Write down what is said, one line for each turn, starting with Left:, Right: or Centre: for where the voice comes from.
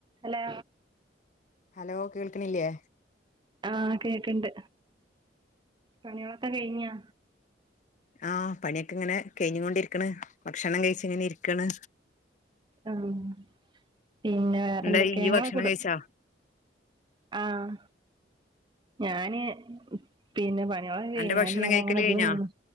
Right: Hello
Left: hello കേൾക്ക്‌ണില്ലേ?
Right: ആ കേക്ക്‌ണ്ട് പണികളൊക്കെ കയിഞ്ഞോ?
Left: ആഹ് പണിയൊക്കെ ഇങ്ങനെ കഴിഞ്ഞുകൊണ്ടിരിക്ക്ണ്. ഭക്ഷണം കഴിച്ച് ഇങ്ങനെ ഇരിക്കാണ്.
Right: ആമം പിന്നെ വേറെന്തൊക്കെ
Left: എന്തായി ഇയ്യ്
Right: ങ്ങെളെ
Left: ഭക്ഷണം
Right: കുടും
Left: കഴിച്ചാ
Right: ആഹ് ഞാന് മം. പിന്നെ പണിയാളൊക്കെ കഴിഞ്ഞാണ്ട്
Left: അന്റെ ഭക്ഷണം
Right: ഞാൻ
Left: കഴിക്കല്
Right: ഇങ്ങനെ ഇതിന്‌നിന്നെ.
Left: കഴിഞ്ഞാ